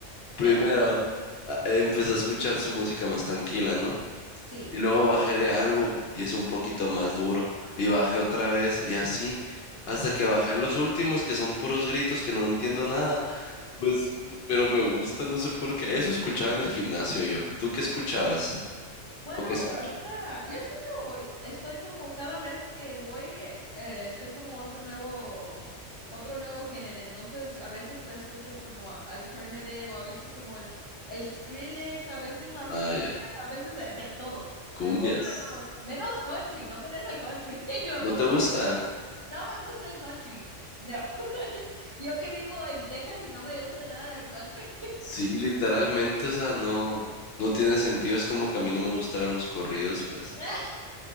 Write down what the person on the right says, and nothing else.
<laughs>
Sí.
Bueno,
ahorita yo escucho, ahori- estoy como cada vez que voy, eh, estoy como otro nuevo, otro nuevo género. Entonces, a veces te escucho como alternative, o a veces como el, el Skrillex, o a veces las
cumbias,
a veces de, de todo.
Le pongo de todo, menos country, no me deja el country, <laughs> me
pongo
muy... triste. No me gusta el country, no. <laughs> Yo que vivo en Texas y no me gusta nada del country.
<laughs>